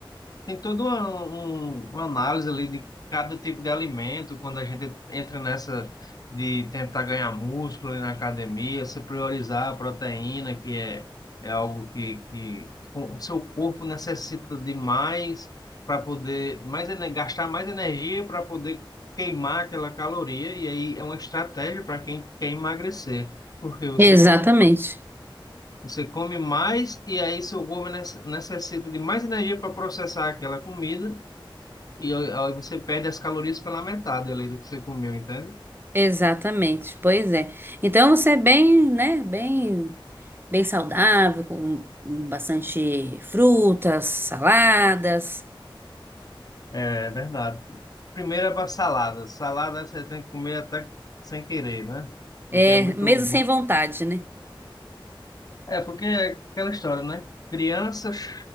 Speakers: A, on the left; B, on the right.
A: Tem toda uma, um- uma análise ali de cada tipo de alimento, quando a gente entra nessa de tentar ganhar músculo ali na academia, se priorizar a proteína, que é, é algo que, que o seu corpo necessita de mais para poder mais, ene- gastar mais energia para poder queimar aquela caloria, e aí é uma estratégia para quem quer emagrecer, porque você
B: Exatamente.
A: come você come mais e aí seu corpo nece- necessita de mais energia para processar aquela comida e aí você perde as calorias pela metade ali do que você comeu, entende?
B: Exatamente. Pois é. Então você é bem, né, bem, bem saudável, com com bastante frutas, saladas,
A: É verdade. Primeiro é para salada. Salada você tem que comer até sem querer, né?
B: é,
A: Porque é muito
B: mesmo
A: bom.
B: sem vontade, né?
A: É porque é aquela história, né? Crianças,